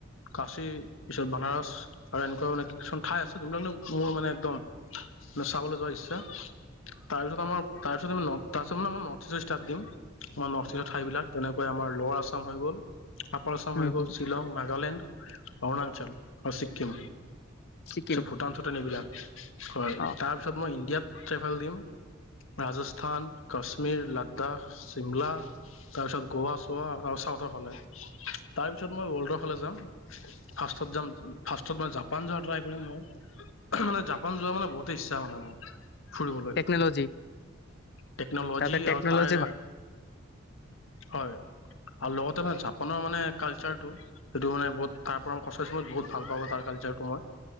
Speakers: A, on the left; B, on the left.
A: কাশী পিছত বনাৰস আৰু এনেকুৱা মানে কিছুমান ঠাই আছে যোনবিলাক মোৰ মানে একদম ন চাবলৈ যোৱা ইচ্ছা তাৰপিছত আমাৰ তাৰপিছত আমাৰ তাৰপিছত মানে আমাৰ নৰ্থ ইষ্টত ষ্টাৰ্ট দিম। আমাৰ নৰ্থ ইষ্টৰ ঠাই বিলাক, যেনেকৈ আমাৰ লৱাৰ আছাম হৈ গ'ল। আপাৰ আচাম
B: উম
A: হৈ গ'ল,
B: হুম।
A: শ্বিলং নাগালেণ্ড অৰুণাচল আৰু ছিকিম,
B: ছিকিম
A: পাছত ভূটান চুটান এইবিলাক, হয়
B: অ
A: তাৰপিছত মই ইণ্ডিয়াত ট্ৰেভেল দিম, ৰাজস্থান কাশ্মীৰ লাড্ডাখ চিমলা তাৰপিছত গোৱা চোৱা আৰু চাউথৰ ফালে। তাৰপিছত মই ৱৰ্ল্ডৰ ফালে যাম, ফাৰ্ষ্টত যাম ফাৰ্ষ্টত মই জাপান যোৱা ট্ৰাই কৰিম মই। মানে জাপান যোৱা মানে বহুতে ইচ্ছা মানে মোৰ। ফুৰিবলৈ
B: টেকন'লজি
A: টেকনল'জি
B: তাতে টেকন'লজি
A: আৰু তাৰে
B: ভাল
A: হয়। আৰু লগতে মানে জাপানৰ মানে কালচাৰটো, সেইটো মানে বহুত তাৰ পৰা সচৰাচৰত বহুত ভাল পাওঁ তাৰ কালচাৰটো তো মই,